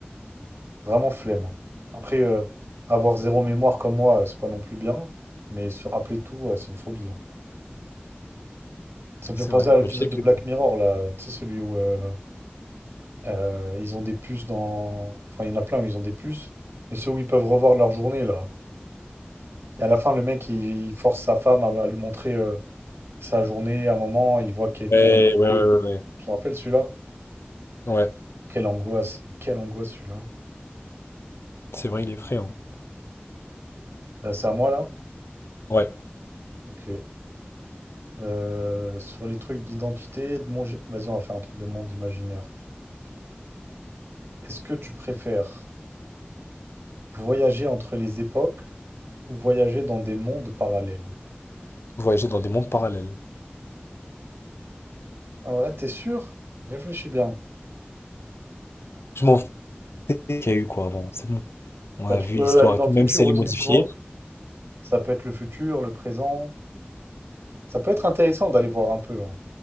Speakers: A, on the right; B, on the left.
A: Vraiment flemme. hein. Après, euh, avoir zéro mémoire comme moi, euh, c'est pas non plus bien. Mais se rappeler de tout, euh, c'est une phobie. hein. Ça me
B: C'est
A: fait penser
B: vrai.
A: à l'épisode
B: Mais tu sais
A: de
B: que...
A: Black Mirror, là. Tu sais, celui où euh, euh, ils ont des puces dans. Enfin, il y en a plein où ils ont des puces. Mais ceux où ils peuvent revoir leur journée, là. Et à la fin, le mec, il force sa femme à, à lui montrer euh, sa journée. À un moment, il voit qu'il
B: Ouais,
A: qu'il a...
B: ouais,
A: euh,
B: ouais, ouais.
A: Je te rappelle celui-là?
B: Ouais, Ouais,
A: Quelle angoisse. Quelle angoisse celui-là.
B: c'est vrai, il est effrayant.
A: Euh, c'est à moi là?
B: Ouais,
A: Ok. Euh, sur les trucs d'identité, de monde... Vas-y, on va faire un truc de monde imaginaire. Est-ce que tu préfères voyager entre les époques ou voyager dans des mondes parallèles?
B: voyager dans des mondes parallèles.
A: Ah ouais, t'es sûr? Réfléchis bien.
B: Je m'en fous qu'il y a eu, quoi, avant. C'est bon. On
A: Bah,
B: a
A: tu
B: vu
A: peux
B: l'histoire
A: aller dans
B: et tout,
A: le futur
B: même si elle
A: aussi,
B: est modifiée.
A: tu vois. Ça peut être le futur, le présent. Ça peut être intéressant d'aller voir un peu. hein.